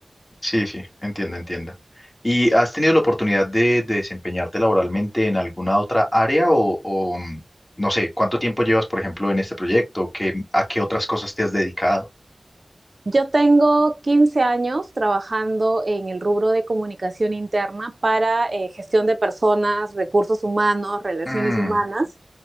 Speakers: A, on the left; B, on the right.
A: Sí, sí, entiendo, entiendo. ¿Y has tenido la oportunidad de, de desempeñarte laboralmente en alguna otra área o, o, mm, no sé, cuánto tiempo llevas, por ejemplo, en este proyecto? ¿Qué, a qué otras cosas te has dedicado?
B: Yo tengo 15 años trabajando en el rubro de comunicación interna para eh, gestión de personas, recursos humanos, relaciones
A: Mm,
B: humanas.